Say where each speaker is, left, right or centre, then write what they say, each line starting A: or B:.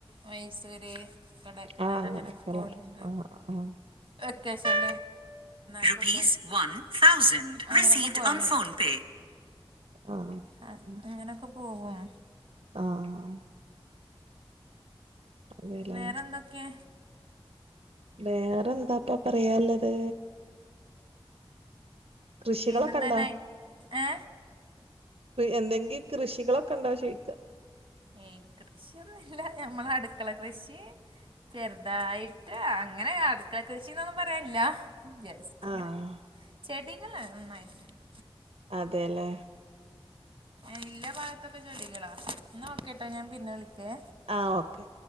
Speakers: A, on the right; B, on the right.
A: മൈസൂര് കടക്കനൽ
B: ആഹ് അങ്ങനെയൊക്കെല്ലേ
A: അങ്ങനെ പോലുണ്ട്
B: ആഹ് ആഹ്
A: വെക്കേഷൻ റൂപീസ് വൺ തൗസസീവ് ഓൻ ഫോൺപേ
B: ആഹ്
A: അ അങ്ങനെയൊക്കെ പോകും
B: ആഹ് അതെല്ലേ
A: വേറെ എന്തൊക്കെയ
B: വേറെ എന്താപ്പ പറയുള്ളത് കൃഷികളൊക്കെ
A: പിന്നെന്തന്ന
B: ഉണ്ടോ
A: ഏ
B: എന്തെങ്കി കൃഷികളൊക്കെ ഉണ്ടാവോ ചോയിക്ക
A: ഏയ്. കൃഷിയൊന്നുല്ല. ഞമ്മളെ അടുക്കള കൃഷി ചെറുതായിട്ട്. അ അങ്ങനെ അട്ക്കള കൃഷിന്നൊന്നും പറയില്ല ജസ് റ്റിങ്ങനെ.
B: ആഹ്
A: ചെടികള് നന്നായിട്ടുണ്ട്.
B: അതെല്ലേ.
A: എല്ലാ ഭാഗത്തൊക്കെ ചെടികളാ. ന്നാ ഓക്കെ ട്ടൊ. ഞാൻ പിന്നെ വിളിക്കെ
B: ആ. ഓക്കെ